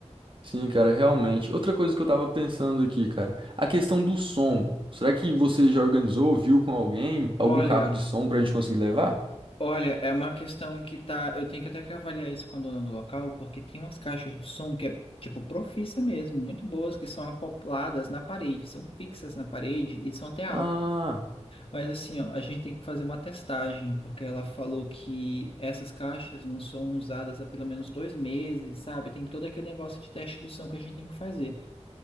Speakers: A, on the right; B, on the left.
A: Sim, cara, realmente. Outra coisa que eu tava pensando aqui, cara, a questão do som. Será que você já organizou, viu com alguém, algum
B: Olha,
A: carro de som pra gente conseguir levar?
B: olha, é uma questão que tá. Eu tenho que até que avaliar isso com a dona do local, porque tem umas caixas de som que é tipo profissa mesmo, muito boas, que são acopladas na parede, são fixas na parede e são até
A: Ah,
B: Mas assim, ó, a gente tem que fazer uma testagem, porque ela falou que essas caixas não são usadas há pelo menos dois meses, sabe? Tem todo aquele negócio de teste de som que a gente tem que fazer.